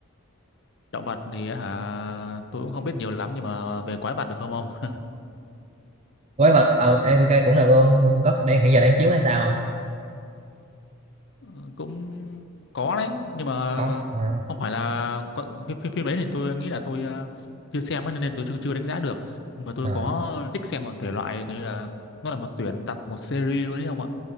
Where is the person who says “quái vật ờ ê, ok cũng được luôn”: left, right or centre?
Right